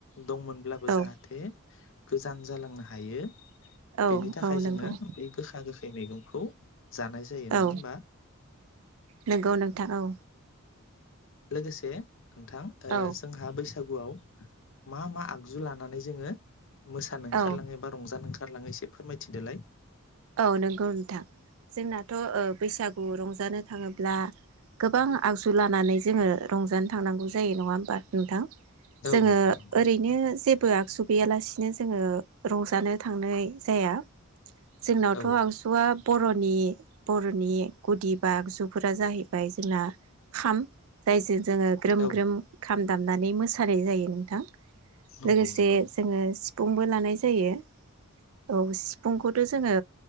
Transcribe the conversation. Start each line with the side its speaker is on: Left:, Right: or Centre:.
Left: दंमोनब्लाबो
Right: औ
Left: जाहाथे गोजान जालांनो हायो।
Right: औ
Left: बेनि थाखाय
Right: औ नंगौ
Left: जोङो बै गोखा गोखै। बे मैगंखौ। जानाय जायो नङा
Right: औ
Left: होमबा
Right: नंगौ नोंथां औ।
Left: लोगोसे नोंथां
Right: औ
Left: जोंहा बैसागु बैसागुआव मा मा आगजु लानानै जोङो मोसानो ओंखारलाङो
Right: औ
Left: बा रंजानो ओंखारलाङो? ओंखारलाङो एसे फोरमायथिदोलाय।
Right: औ नंगौ नोंथां जोंनाथ। बैसाागु खौ रंजानो थाङोब्ला। गोबां आगजु लानानै जोङो रंजानो थांनांगौ जायो नङा होमबा नोंथां।
Left: औ
Right: जोङो
Left: नंगौ नंगौ
Right: ओरैनो जे जेबो आगजु गैयालासिनो जोङो रंजानो थांनाय जाया। जोंनावथ
Left: औ
Right: आगजुआ बरनि बरनि गुदि बा आगजुफोरा जाहैबाय जोंना खाम जायजों जोङो ग्रोम
Left: औ
Right: ग्रोम खाम दामनानै मोसानाय जायो नोंथां।
Left: नंगौ
Right: लोगोसे
Left: नंगौ
Right: जोङो सिफुंबो लानाय जायो। औ सिफुंखौ जोङो